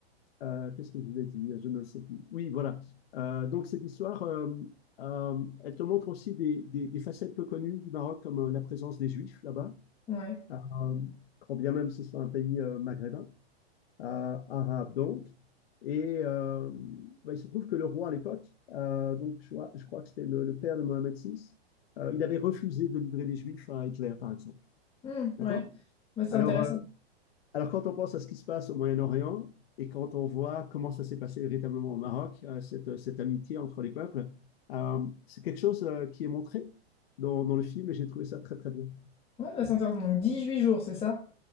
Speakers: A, on the left (about 65°); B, on the left (about 15°).
A: euh, qu'est-ce que je voulais dire? Je ne le sais plus. Oui, voilà. Euh, donc, cette histoire, euh, euh, elle te montre aussi des, des, des facettes peu connues du Maroc, comme euh, la présence des Juifs là-bas,
B: Ouais.
A: euh, quand bien même ce soit un pays euh, maghrébin à, à donc. Et euh, bah, il se trouve que le roi à l'époque, euh, donc je vois je crois que c'était le, le, père de Mohammed VI, euh, il avait refusé de livrer les Juifs à Hitler, par exemple.
B: Mmh,
A: D'accord
B: ouais. Bah, c'est
A: alors,
B: intéressant.
A: euh, alors, quand on pense à ce qui se passe au Moyen-Orient et quand on voit comment ça s'est passé véritablement au Maroc, euh, cette, cette, amitié entre les peuples, euh, c'est quelque chose euh, qui est montré dans, dans le film et j'ai trouvé ça très, très bien.
B: Ouais, bah, c'est intéressant. Donc dix-huit jours, c'est ça?